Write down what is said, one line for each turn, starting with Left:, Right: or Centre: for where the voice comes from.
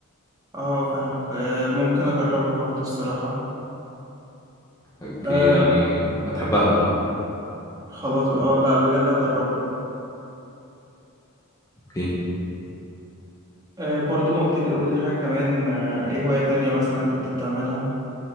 Right: اه فاهمك آه ممكن اجربها برضو الصراحة
Left: اوكي
Right: آه
Left: يعني هتحبها والله
Right: خلاص اه لا بجد هجربها
Left: اوكي
Right: آه برضو ما قلت لي قول لي حاجة كمان آه ايه هواية تانية مثلا كنت بتعملها